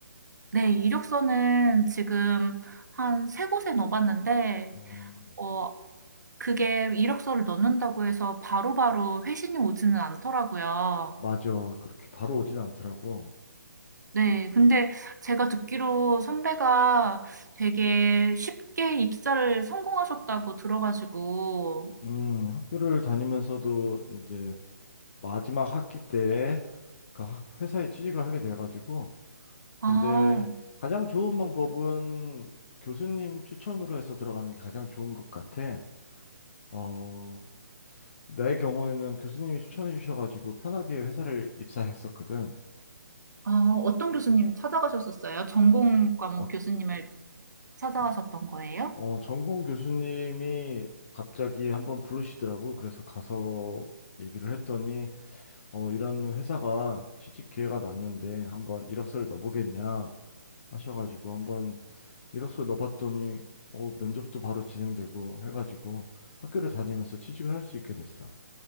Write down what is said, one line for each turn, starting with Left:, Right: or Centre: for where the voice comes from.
Right: 네, 이력서는 지금 한 세 곳에 넣어봤는데,
Left: 음,
Right: 어, 그게 이력서를 넣는다고 해서 바로바로 회신이 오지는 않더라고요.
Left: 맞아. 그렇게 바로 오진 않더라고.
Right: 네, 근데 제가 듣기로 선배가 되게 쉽게 입사를 성공하셨다고 들어가지고,
Left: 음, 학교를 다니면서도 이제 마지막 학기 때 그 학- 회사에 취직을 하게 돼가지고.
Right: 아,
Left: 근데 가장 좋은 방법은 교수님 추천으로 해서 들어가는 게 가장 좋은 것 같아. 어, 내 경우에는 교수님이 추천해 주셔가지고 편하게 회사를 입사했었거든.
Right: 아, 어떤 교수님 찾아가셨었어요? 전공 과목
Left: 어,
Right: 교수님을 찾아가셨던
Left: 어,
Right: 거예요?
Left: 어, 전공 교수님이 갑자기 한번 부르시더라고. 그래서 가서 얘기를 했더니, 어, 이런 회사가 취직 기회가 났는데 한번 이력서를 넣어보겠냐 하셔가지고 한번 이력서 넣어봤더니, 어, 면접도 바로 진행되고 해가지고 학교를 다니면서 취직을 할 수 있게 됐어.